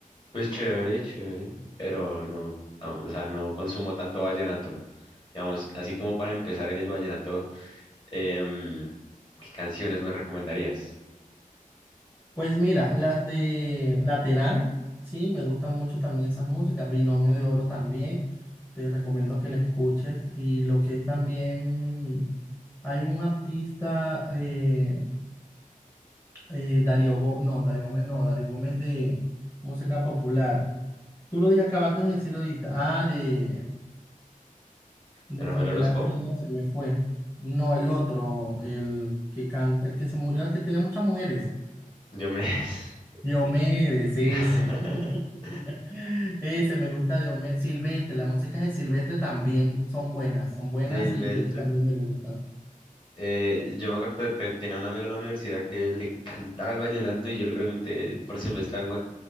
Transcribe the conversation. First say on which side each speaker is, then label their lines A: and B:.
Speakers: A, on the left; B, on the left.
A: pues chévere, chévere, pero no, no, o sea, no consumo tanto vallenato. Digamos, así como para empezar en el vallenato, em, ¿qué canciones me recomendarías?
B: Pues mira, las de Laterán, sí, me gustan mucho también esas músicas. Binomio de Oro también, te recomiendo que la escuches. Y lo que es también, hay un artista eh, eh, Darío Gómez, no, Darío Gómez no, Darío Gómez de música popular. Tú lo di- acabaste de decir ahorita. Ah, de Nelson
A: ¿De Rafael Orozco?
B: Velázquez, no, se me fue. No, el otro, el que canta, el que se murió, el que tiene muchas mujeres.
A: Diomedes.
B: Diomedes, ese.
A: <laughs>
B: <laughs> Ese, me gusta Diomedes. Silvestre, las músicas de Silvestre también son buenas, son buenas
A: Silvestre.
B: y, y eso también me gusta.
A: Eh, yo me acuerdo que tenía un amigo en la universidad que le encantaba el vallenato y yo le pregunté por Silvestre